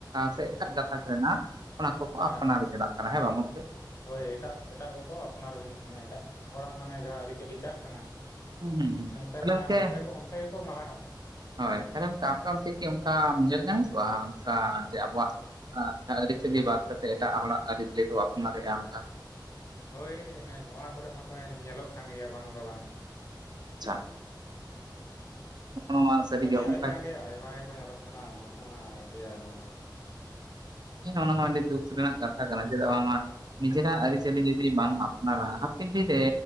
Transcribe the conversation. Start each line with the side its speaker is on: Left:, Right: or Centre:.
Right: ᱥᱮ ᱮᱴᱟᱜ ᱜᱟᱛᱟᱠ ᱨᱮᱱᱟᱜᱼᱼ ᱚᱱᱟ ᱠᱚᱠᱚ
Left: ᱦᱮᱸ
Right: ᱟᱯᱱᱟᱨ ᱪᱟᱞᱟᱜ ᱠᱟᱱᱟ ᱦᱮᱸ ᱵᱟᱝ ᱜᱚᱢᱠᱮ?
Left: ᱦᱳᱭ ᱮᱴᱟᱜ ᱮᱴᱟᱜ ᱠᱚᱠᱚ ᱟᱯᱱᱟᱨ ᱡᱚᱱᱤᱡ ᱠᱟᱱᱟ ᱮᱴᱟᱜ ᱦᱚᱲᱟᱜ ᱢᱟᱱᱮ ᱡᱟᱦᱟᱸ ᱟᱹᱨᱤᱪᱟᱹᱞᱤ ᱪᱟᱜ ᱠᱟᱱᱟ᱾
Right: ᱦᱩᱸ ᱦᱩᱸ ᱦᱩᱸ
Left: ᱚᱱᱛᱮ
Right: ᱛᱟᱦᱞᱮ
Left: ᱢᱟᱱᱮ
Right: ᱜᱚᱝᱠᱮ
Left: ᱚᱱᱛᱮ ᱠᱚ ᱚᱱᱛᱮ ᱜᱮᱠᱚ ᱢᱟᱲᱟᱝᱜ ᱠᱟᱱᱟ᱾
Right: ᱦᱳᱭ ᱛᱟᱦᱚᱞᱮ ᱚᱱᱠᱟ ᱟᱯᱮ ᱛᱮᱜᱤ ᱚᱱᱠᱟ ᱧᱮᱞ ᱧᱟᱢ ᱦᱩᱭ ᱠᱚᱜᱼᱟ ᱚᱱᱠᱟ ᱡᱮ ᱟᱵᱚᱣᱟᱜᱼᱼ ᱟᱪᱪᱷᱟ ᱟᱹᱨᱤᱪᱟᱹᱞᱤ ᱵᱟᱫᱽ ᱠᱟᱛᱮᱜ ᱮᱴᱟᱜ ᱦᱚᱲᱟᱜ ᱟᱹᱨᱤᱪᱟᱹᱞᱤ ᱠᱚ ᱟᱯᱱᱟᱨᱮᱫᱼᱟ ᱚᱱᱠᱟᱼᱼ
Left: ᱦᱳᱭ ᱱᱚᱣᱟ ᱠᱚᱨᱮ ᱢᱟᱛᱚ ᱧᱮᱞᱚᱜ ᱠᱟᱱ ᱜᱮᱭᱟ ᱵᱟᱝ ᱫᱚ ᱵᱟᱝ᱾
Right: ᱟᱪᱪᱷᱟ᱾ ᱱᱚᱜᱼᱚ ᱱᱚᱣᱟ ᱥᱟᱹᱨᱤᱜᱮ
Left: ᱟᱹᱰᱤ
Right: ᱚᱱᱠᱟ
Left: ᱟᱭᱢᱟ ᱜᱮ ᱟᱭᱢᱟ ᱜᱮᱠᱚ ᱧᱮᱞᱚᱜ ᱠᱟᱱᱟ ᱱᱚᱛᱮ ᱢᱟ ᱟᱹᱰᱤ ᱟᱭᱢᱟ ᱜᱮᱼᱼ
Right: ᱦᱮᱸ ᱚᱱᱟᱢᱟ ᱟᱹᱰᱤ ᱫᱩᱠ ᱨᱮᱱᱟᱜ ᱠᱟᱛᱷᱟ ᱠᱟᱱᱟ ᱪᱮᱫᱟᱜ ᱵᱟᱝᱼᱢᱟ ᱱᱤᱡᱮᱨᱟᱜ ᱟᱹᱨᱤᱪᱟᱹᱞᱤ ᱡᱫᱤ ᱵᱟᱢ ᱟᱯᱱᱟᱨᱟ ᱦᱟᱯᱮᱱ ᱫᱤᱱ ᱨᱮᱼᱼ